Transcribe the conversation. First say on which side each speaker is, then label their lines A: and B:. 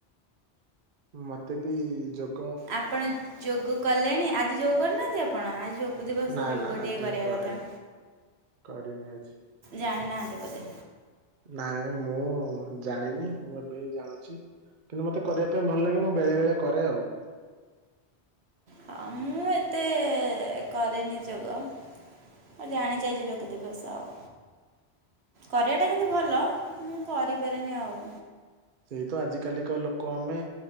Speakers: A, on the right; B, on the right.
A: ମତେ ବି ଯୋଗ୍
B: ଆପଣ ଯୋଗ କଲେଣି, ଆଜି ଯୋଗ କରିନାହାନ୍ତି ଆପଣ, ଆଜି ଯୋଗ ଯୋଗ ଦିବସ,
A: ନା
B: ଯୋଗ
A: ନା
B: ଟିକେ
A: ଆଜି
B: କରିବା
A: ମୁଁ କରିନି
B: କଥା,
A: କରିନି ଆଜି।
B: ଜାଣିନାହାନ୍ତି ବୋଧେ?
A: ନାଇଁ ମୁଁ ଜାଣିନି, ମୁଁ ଏବେ ଜାଣୁଚି। କିନ୍ତୁ ମୋତେ କରିବା ପାଇଁ ଭଲ ଲାଗେ, ମୁଁ ବେଳେ ବେଳେ କରେ ଆଉ।
B: ହଁ, ମୁଁ ଏତେ କରେନି ଯୋଗ। ମୁଁ ଜାଣିଚି ଆଜି ଯୋଗ ଦିବସ ଆଉ, କରିବା ଟା କିନ୍ତୁ ଭଲ। ମୁଁ କରିପାରେନି ଆଉ।
A: ସେଇତ ଆଜିକାଲିକ ଲୋକ ଆମେ,